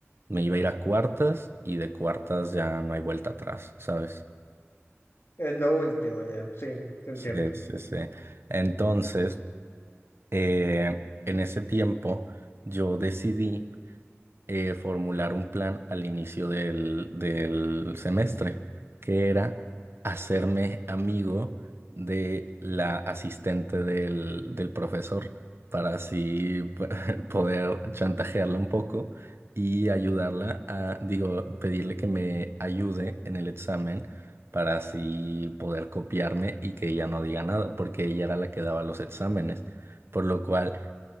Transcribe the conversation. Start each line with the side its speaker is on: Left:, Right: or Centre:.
Right: me iba a ir a cuartas y de cuartas ya no hay vuelta atrás, ¿sabes?
Left: Es lo último, ya. Sí, te
Right: Sí,
Left: entiendo.
Right: sí, sí. Entonces, eh, en ese tiempo yo decidí eh, formular un plan al inicio del, del semestre, que era hacerme amigo de la asistente del, del profesor para así p- <laughs> poder chantajearla un poco y ayudarla a, digo, pedirle que me ayude en el examen para así poder copiarme y que ella no diga nada, porque ella era la que daba los exámenes, por lo cual...